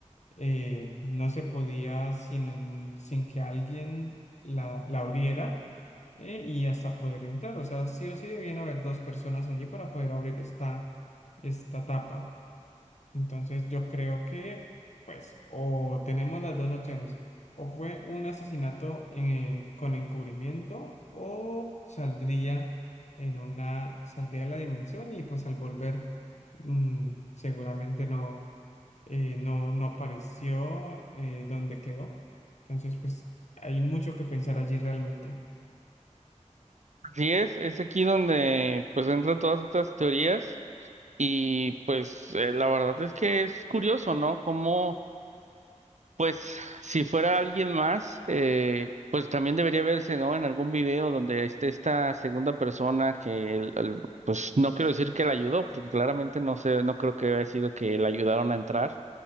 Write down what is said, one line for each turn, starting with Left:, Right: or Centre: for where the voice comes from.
Left: eh, no se podía sin, sin que alguien la, la abriera eh, y hasta poder entrar. O sea, sí o sí debían haber dos personas allí para poder abrir esta, esta tapa. Entonces yo creo que, pues, o tenemos las dos opciones. O fue un asesinato eh, con encubrimiento o saldría en una, saldría de la dimensión y pues al volver mm, seguramente no eh, no, no apareció eh, dónde quedó. Entonces, pues hay mucho que pensar allí realmente.
Right: Así es, es aquí donde pues entran todas estas teorías y pues eh, la verdad es que es curioso, ¿no? Como pues si fuera alguien más, eh, pues también debería verse, ¿no? En algún video donde esté esta segunda persona que el- el- pues no quiero decir que la ayudó, porque claramente no sé, no creo que haya sido que la ayudaron a entrar,